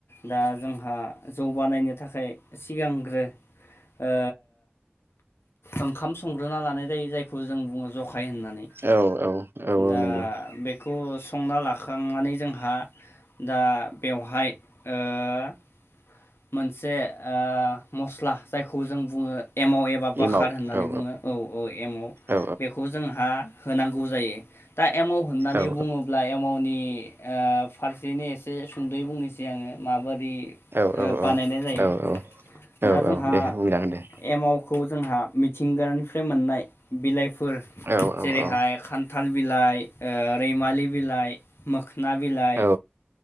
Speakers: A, on the left; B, on the right.
A: दा जोंहा जौ बानायनो थाखाय सिगांग्रो ओ ओंखाम संग्रोना लानाय जायो जायखौ जों बुङो जखा थायो होननानै
B: औ औ औ
A: दा
B: नंगौ
A: बेखौ संना लाखांनानै जोंहा दा बेवहाय ओ मोनसे ओ मस्ला जायखौ जों बुङो एमाव एबा बाखार
B: एमाव
A: होननानै
B: औ
A: बुङो औ औ एमव
B: औ
A: बेखौ जोंहा होनांगौ जायो दा एमाव होननानै
B: औ
A: बुङोब्ला एमावनि ओ फारसेनो एसे सुंदै बुंनोसै आङो माबा दि ओ
B: औ
A: बानायनाय जायो
B: औ औ औ
A: दा जोंहा
B: औ दे बुंजागोन दे
A: एमावखौ जोंहा मिथिंगानिफ्राय मोननाय बिलाइफोर
B: औ
A: जेरैहाय
B: औ
A: खा खान्थाल बिलाइ ओ रैमालि बिलाइ मो ना बिलाइ
B: औ